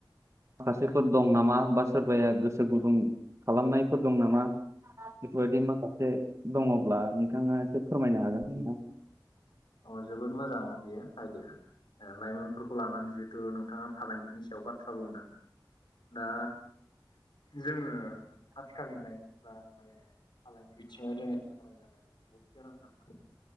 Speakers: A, on the right; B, on the left.
A: माखासेफोर दं नामा? बा सोरबाया गोसो गुदुं खालामनायफोर दं नामा? बेफोरबायदि माखासे दङब्ला नोंथाङा एसे फोरमायनो हागोन
B: अ जोबोद मोजां बेयो आयदाया, ओ लाइमोनफोरखौ लानानै जिहेथु नोंथाङा फालांगिनि सायाव बा खाबु नोंथां दा जोङो आथिखालनि लाइमोनफ्रा माने फालांगि बिथिङाव जों सांग्रां जानायाथ बहुत गोनांथारखा